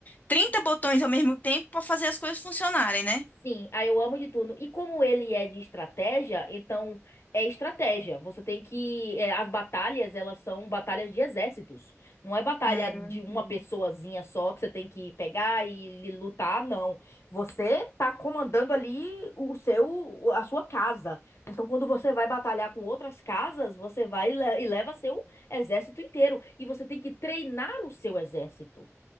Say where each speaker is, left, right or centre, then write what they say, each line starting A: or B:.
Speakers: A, on the left (about 30°); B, on the left (about 55°).
A: 30 botões ao mesmo tempo pra fazer as coisas funcionarem, né?
B: Sim, aí eu amo de turno E como ele é de estratégia, então é estratégia. Você tem que. é, as batalhas, elas são batalhas de exércitos. Não é batalha
A: Hum.
B: de uma pessoazinha só que você tem que pegar e lutar, não. Você tá comandando ali o seu, a sua casa. Então, quando você vai batalhar com outras casas, você vai e le- e leva seu exército inteiro. E você tem que treinar o seu exército.